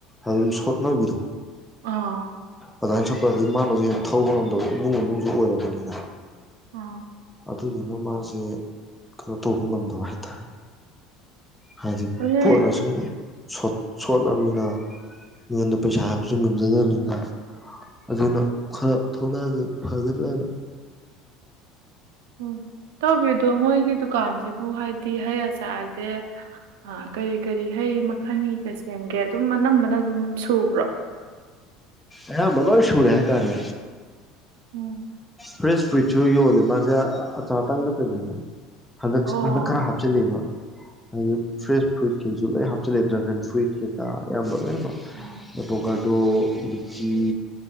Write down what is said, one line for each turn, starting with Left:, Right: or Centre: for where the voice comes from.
Centre: ꯑꯗꯨꯝ ꯁꯣꯠꯅꯕꯤꯔꯣ
Right: ꯑꯥ꯫
Centre: ꯑꯗꯨꯃꯥꯏꯅ ꯁꯨꯞꯄ <unintelligible> ꯃꯥꯅ ꯍꯧꯖꯤꯛ ꯊꯧꯕ ꯉꯝꯗꯕ ꯏꯃꯨꯡ ꯃꯅꯨꯡꯖꯨ ꯑꯣꯏꯔꯕꯅꯤꯅ꯫
Right: ꯑ꯫
Centre: ꯑꯗꯨꯗꯨꯅ ꯃꯥꯖꯦ ꯀꯩꯅꯣ ꯇꯧꯕ ꯉꯝꯗꯕ ꯍꯥꯏꯇꯥꯔꯦ꯫ ꯍꯥꯏꯗꯤ
Right: ꯑꯗꯨꯗꯤ
Centre: <unintelligible> ꯁꯣꯠ ꯁꯣꯠꯂꯕꯅꯤꯅ ꯃꯤꯉꯣꯟꯗ ꯄꯩꯁꯥ ꯍꯥꯏꯕꯖꯨ ꯉꯝꯖꯗꯕꯅꯤꯅ ꯑꯗꯨꯅ ꯈꯔ ꯊꯣꯛꯂꯛꯑꯒ ꯐꯒꯗ꯭ꯔꯅ꯫
Right: ꯎꯝ ꯇꯥꯎꯕꯤꯗꯣ ꯃꯣꯏꯒꯤ ꯗꯨꯀꯥꯟꯖꯤꯕꯨ ꯍꯥꯏꯗꯤ ꯍꯩ ꯑꯆꯥꯔꯖꯦ ꯀꯔꯤ ꯀꯔꯤ ꯍꯩ ꯃꯈꯜꯥꯟꯒꯤꯒ ꯁꯦꯝꯒꯦ ꯑꯗꯨꯝ ꯑꯅꯝꯕꯅ ꯑꯗꯨꯝ ꯁꯨꯕ꯭ꯔꯣ꯫
Centre: ꯑꯌꯥꯝꯕ ꯂꯣꯏꯁꯨꯔꯦ ꯍꯥꯏꯇꯥꯔꯦ꯫
Right: ꯎꯝ꯫
Centre: ꯐ꯭ꯔꯦꯁ ꯐꯔꯨꯏꯠꯁꯨ ꯌꯣꯜꯂꯦ ꯃꯥꯖꯦ ꯑꯆꯥꯔ ꯇꯪ ꯅꯠꯇꯕꯤꯗ꯫ ꯍꯟꯗꯛ
Right: ꯑꯣ
Centre: ꯍꯟꯗꯛ ꯈꯔ ꯍꯥꯞꯆꯤꯂꯦꯕ꯫ ꯍꯥꯏꯗꯤ ꯐ꯭ꯔꯦꯁ ꯐꯔꯨꯏꯠ ꯀꯩꯖꯨ ꯂꯣꯏ ꯍꯥꯞꯆꯤꯂꯦ ꯗꯔꯥꯒꯟ ꯐꯔꯨꯏꯠ ꯀꯩꯀꯥ ꯑꯌꯥꯝꯕ꯫
Right: ꯎꯝ
Centre: <unintelligible> ꯑꯗꯣ ꯂꯤꯆꯤ